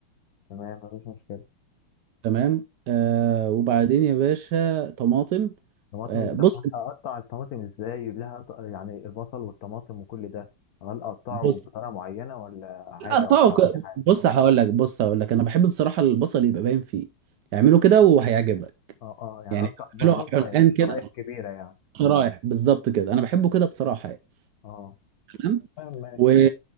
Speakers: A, on the left; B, on the right.
A: تمام مفيش مشكلة
B: تمام آه وبعدين يا باشا طماطم
A: طماطم
B: آه بص
A: ده اقطع الطماطم ازاي يقول لها أقطع- يعني البصل والطماطم وكل ده هل اقطعه
B: بص
A: بطريقة معينة ولا عادي
B: لا
A: اقطعه
B: طاقة
A: اي حاجة
B: بص هقول لك بص هقول لك انا بحب بصراحه البصل يبقى باين فيه اعمله كده وهيعجبك
A: اه اه يعني
B: يعني
A: اقطع بصل
B: اعمله الان
A: شرايح
B: كده
A: كبيرة يعني
B: شرايح بالظبط كده انا بحبه كده بصراحه يعني.
A: اه
B: تمام
A: تمام ماشي
B: و
A: تمام